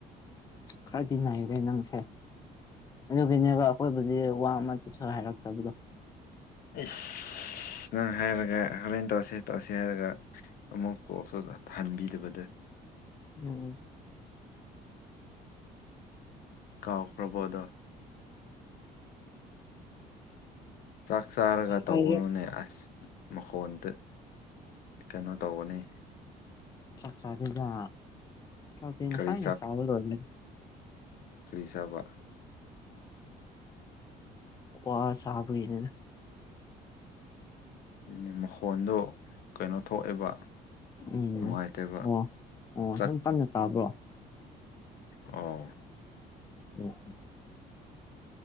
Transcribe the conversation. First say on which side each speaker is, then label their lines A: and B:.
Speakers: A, on the left; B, on the left.
A: ꯈꯔꯗꯤ ꯅꯥꯏꯔꯦ ꯅꯪꯁꯦ ꯑꯗꯨꯒꯤꯅꯦꯕ ꯑꯈꯣꯏꯕꯨꯗꯤ ꯋꯥ ꯑꯃ ꯆꯠꯁꯨ ꯍꯥꯏꯔꯛꯇꯕꯗꯣ
B: ꯑꯦꯁ ꯑ ꯅꯪ ꯍꯥꯏꯔꯒ ꯍꯣꯔꯦꯟ ꯇꯧꯁꯤ ꯇꯧꯁꯦ ꯍꯥꯏꯔꯒ ꯑꯃꯨꯛ ꯀꯣꯜꯁꯨ ꯐꯍꯟꯕꯤꯗꯕꯗꯣ
A: ꯎꯝ
B: ꯀꯥꯎꯈ꯭ꯔꯕꯗꯣ ꯆꯥꯛ ꯆꯥꯔꯒ ꯇꯧꯒꯅꯨꯅꯦ
A: ꯑꯩꯗꯤ
B: ꯑꯁ ꯃꯈꯣꯟꯗ ꯀꯩꯅꯣ ꯇꯧꯒꯅꯤ
A: ꯆꯥꯛ ꯆꯥꯗꯦꯗ ꯆꯥꯛꯇꯤ ꯉꯁꯥꯏꯅ
B: ꯀꯔꯤ
A: ꯆꯕ ꯂꯣꯏꯕꯅꯦ
B: ꯀ꯭ꯔꯤ ꯆꯥꯕ
A: ꯀꯋꯥ ꯆꯥꯕꯒꯤꯅꯦꯗ
B: ꯑꯗꯨ ꯃꯈꯣꯟꯗꯣ ꯀꯩꯅꯣ ꯊꯣꯛꯑꯦꯕ
A: ꯎꯝ
B: ꯅꯨꯡꯉꯥꯏꯇꯦꯕ
A: ꯑꯣ ꯑꯣ
B: ꯆꯠ
A: ꯁꯨꯝ ꯀꯟꯅ ꯇꯥꯕ꯭ꯔꯣ
B: ꯑꯣ
A: ꯑꯣꯝ